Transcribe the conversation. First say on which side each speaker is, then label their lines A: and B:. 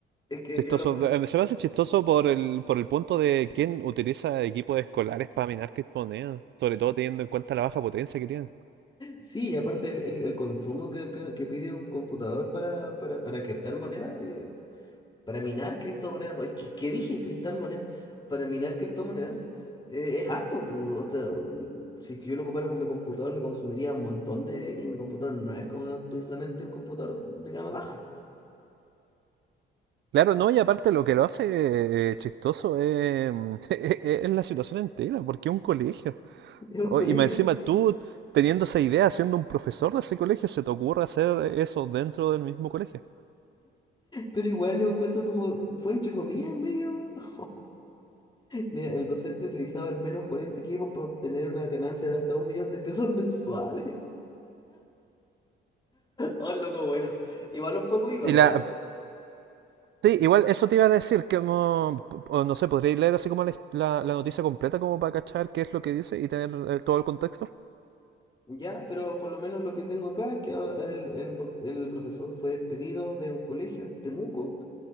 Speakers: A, on the left (about 20°); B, on the right (about 65°).
A: Es que
B: Chistoso.
A: yo lo encuentro
B: eh, Se me hace chistoso por el, por el punto de quién utiliza equipos escolares para minar criptomonedas, sobre todo teniendo en cuenta la baja potencia que tienen.
A: Sí, y aparte el, el- el consumo que, que- que pide un computador para, para, para criptar monedas, eh, para minar criptomonedas, oye, ¿qué, qué dije? Criptar monedas, para minar criptomonedas, eh, es harto. po, o sea, si es que yo lo ocupara con mi computador, me consumiría un montón de... Y mi computador no es como precisamente un computador de gama baja,
B: Claro, no, y aparte lo que lo hace eh, chistoso es, <laughs> es la situación entera, porque es un colegio.
A: <laughs> es un
B: Oh,
A: colegio.
B: y más encima tú, teniendo esa idea, siendo un profesor de ese colegio, se te ocurre hacer eso dentro del mismo colegio.
A: Pero igual lo encuentro como, fue entre comillas, medio... <laughs> Mira, el docente utilizaba al menos 40 equipos para obtener una ganancia de hasta un millón de pesos mensuales. Oh, el loco, bueno. Igual un poco ídolo,
B: Y la...
A: ¿ah?
B: Sí, igual eso te iba a decir, que no, o no sé, podríais leer así como la, la- la noticia completa como para cachar qué es lo que dice y tener eh, todo el contexto.
A: Ya, pero por lo menos lo que tengo acá es que a- el, el doc- el profesor fue despedido de un colegio en Temuco